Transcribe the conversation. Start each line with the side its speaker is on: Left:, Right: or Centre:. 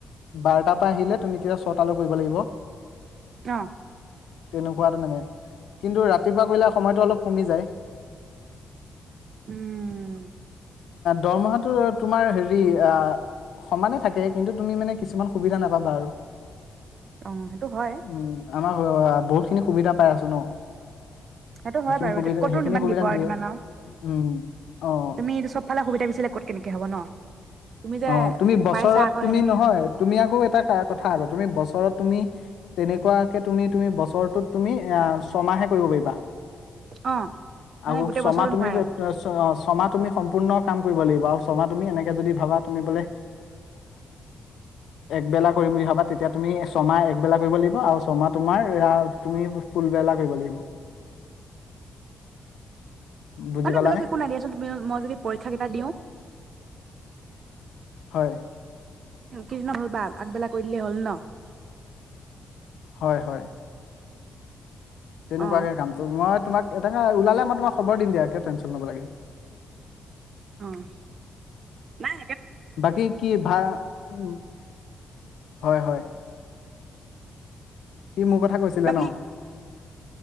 Left: বাৰটাৰ পৰা আহিলে তুমি তেতিয়া ছটালৈ কৰিব লাগিব।
Right: অ।
Left: তেনেকুৱাত মানে কিন্তু ৰাতিপুৱা কলে সময়তটো অলপ কমি যায়।
Right: উম
Left: দৰমহাটো তোমাৰ হেৰি আহ সমানে থাকে কিন্তু তুমি মানে কিছুমান সুবিধা নাপাবা আৰু।
Right: অ' সেইটো হয়
Left: উম আমাৰ বহুত খিনি সুবিধা পাই আছো ন
Right: সেইটো
Left: সেইখিনি
Right: হয় বাৰু
Left: সুবিধা
Right: এতিয়া ক'তনো
Left: সেইখিনি
Right: ইমান
Left: সুবিধা
Right: দিব
Left: নিদিয়ে
Right: আৰু ইমান আৰু
Left: উম অহ
Right: তুমি চবফালে সুবিধা বিচাৰিলে ক'ত কেনেকে হ'ব ন তুমি যে
Left: অহ তুমি বছৰত
Right: পাইছা আকৌ
Left: তুমি
Right: সেনেকে
Left: নহয় তুমি আকৌ এটা কথা আগত বছৰত তুমি তেনেকুৱাকে তুমি তুমি বছৰটোত তুমি অ ছমাহে কৰিব পাৰিবা।
Right: অ মানে
Left: আকৌ
Right: গোটেই
Left: ছমাহ
Right: বছৰটো
Left: তুমি
Right: নোৱাৰে
Left: <unintelligible> ছমাহ তুমি সম্পূৰ্ণ কাম কৰিব লাগিব আৰু ছমাহ তুমি এনেকে যদি ভাবা তুমি বোলে একবেলা কৰিম বুলি ভাবা তেতিয়া তুমি ছমাহ এক এবেলা কৰিব লাগিব আৰু ছমাহ তোমাৰ য়া <inaudible> তুমি ফুলবেলা কৰিব লাগিব বুজি
Right: মানে
Left: পালানে
Right: বেলেগ একো নাই দিয়াচোন তুমি মই যদি পৰীক্ষা কেইটা দিওঁ
Left: হয়।
Right: কিৰণ <inaudible> হ'ল বা আগবেলা কৰি দিলেই হ'ল ন
Left: হয়, হয় তেনেকুৱাকে
Right: অ
Left: কামটো মই তোমাক <unintelligible> ওলালে মই তোমাক খবৰ দিম দিয়া কিয় টেনশ্যন ল'ব লাগে?
Right: অহ, মাই
Left: বাকী কি ভা উ হয় হয় সি মোৰ কথা কৈছিলে
Right: বাকী
Left: ন?